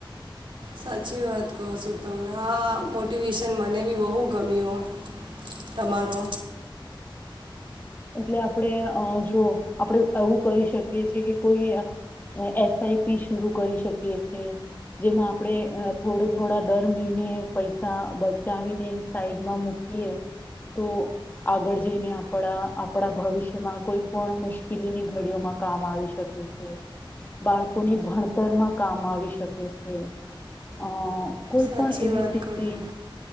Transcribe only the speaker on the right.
સાચી વાત કહો છો તમને આ મોટિવેશન મને બી બહુ ગમ્યો તમારો
સાચી
વાત
કહો છો.